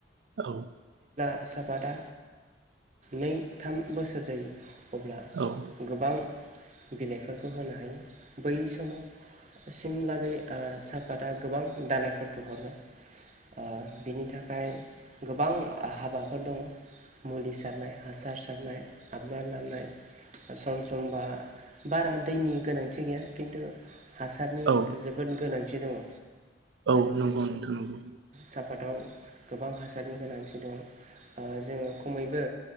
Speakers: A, on the right; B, on the right.
A: औ।
B: सापादा नै थाम बोसोर जायो। अब्ला
A: औ
B: गोबां बिलाइफोरखौ होनो हायो। बै समाव सिमलागै साफाता गोबां दालाायफोरखौ हरो। ओ बिनि थाखाय गोबां हाबाफोर दङ। मुलि सारनाय, हासार सारनाय, आबदार लानाय, ससार होमबा बारा दैनि गोनांथि गैया। खिन्थु, हासारनि
A: औ
B: जोबोद गोनांथि। दङ।
A: औ नंगौ नोंथां नंगौ।
B: साफादाव गोबां हासारनि गोनांथि दं ओ जोङो, खमैबो